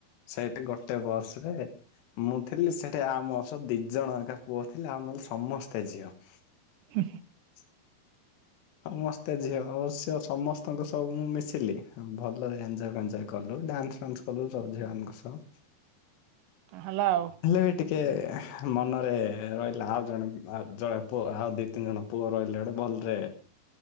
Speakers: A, on the left; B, on the right.
A: ସେଇଠି ଗୋଟେ ବସ ରେ ମୁଁ ଥିଲି, ସେଠି ଆଉ ମୋ ସହ ଦି ଜଣ ଏକା ପୁଅ ଥିଲେ, ଆଉ ନହେଲେ ସମସ୍ତେ ଝିଅ।
B: ହୁଁ।
A: <inaudible> ସମସ୍ତେ ଝିଅ ଝିଅ ଅ ସମସ୍ତଙ୍କ ସବୁ ମୁଁ ମିଶିଲି ଭଲରେ ଏନ୍ଜୟ ଫେନ୍ଜୟ କଲୁ। ଡାନ୍ସ ଫାନ୍ସ କଲୁ ସବୁ ଝିଅମାନଙ୍କ ସହ
B: ହେଲା ଆଉ।
A: ହେଲେ ବି ଟିକେ ମନରେ ରହିଲା ଆଉ ଜଣେ ଜଣେ ପୁଅ ଆଉ ଦି ତିନି ଜଣ ପୁଅ ରହିଲେ ଗୋଟେ ବହୁ ଭଲରେ